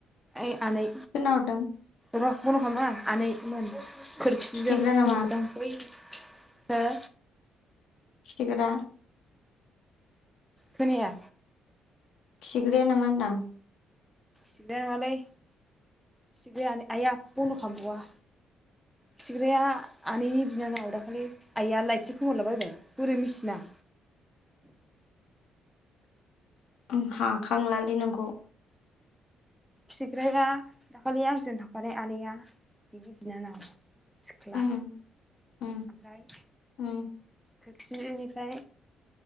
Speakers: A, in the centre; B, on the left.
A: ओइ आनै
B: खोनावदों
A: र' बनद' खामनांआ आनैमोन खोरखिजों
B: खिथिग्रा
A: नुबोदों
B: नामा
A: हो।
B: खिथिग्रा
A: खोनाया।
B: खिग्राया नामा दां?
A: खिग्राया नङालै खिग्राया आनै आया बनद' खालामबावा। खिग्राया आनैनि बिनानाव दाखालि आइआ लाइटसो खोमोरलाबायबाय बोरो मिसिना?
B: आं हाखांलालै नोंखौ।
A: खिग्राया दाखालि आंजों थांफानाय आनैया बिनि बिनानाव सिख्ला
B: उम उम
A: आमफ्राय
B: उम
A: खोरखिनिफ्राय